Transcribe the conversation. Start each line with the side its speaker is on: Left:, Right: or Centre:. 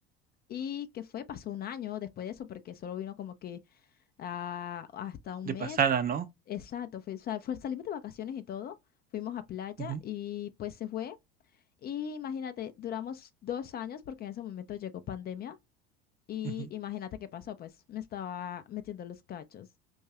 Left: Y que fue, pasó un año después de eso, porque solo vino como que ah, hasta un
Right: De
Left: mes.
Right: pasada, ¿no?
Left: Exacto, fue, sal- fue- salimos de vacaciones y todo, fuimos a playa
Right: Ujú,
Left: y pues se fue. Y imagínate, duramos dos años porque en ese momento llegó pandemia y
Right: ujú.
Left: imagínate qué pasó, pues me estaba metiendo los cachos.